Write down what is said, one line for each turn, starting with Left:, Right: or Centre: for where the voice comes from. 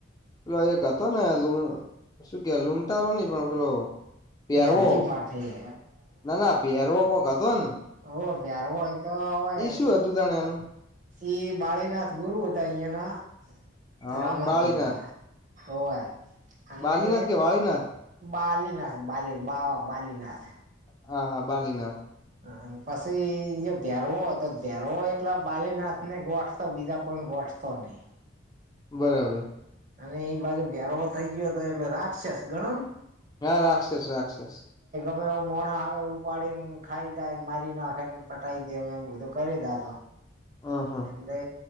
Left: પેલો એક હતો ને લ શું કે લૂટારો નહી પણ પેલો પહેરવો
Right: અરજી પાઠી
Left: નાના પહેરવો કોક હતો ને
Right: હ પ્યાર હોય તો હય
Left: એ શું હતું તાણે એનું
Right: એ બાળીનાથ ગુરુ હતા અહિયાયાના
Left: હા
Right: રામાપીર
Left: બાળીનાથ
Right: ના. હોવે. અને
Left: બાલીનાથ કે વાળનાથ?
Right: બાલીનાથ બાલી બાવા બાલીનાથ.
Left: હા- હા બાલીનાથ.
Right: હ પછી જે ભેરવો હતો ભેરવો એકલા બાલીનાથ ને ગોઠ તો બીજા કોઈને ગો <unintelligible>
Left: બરાબર.
Right: અને એ બાજુ ઘેરવો થઈ ગયો હતો એટલે રાક્ષસ ગણો.
Left: હા રાક્ષસ-રાક્ષસ.
Right: મે મોણા હ ઉપાડીને ખાઈ જાયને મારી નાખેને પટાઈ દે એવ બધું કરી દા તો.
Left: હ હા
Right: એટલે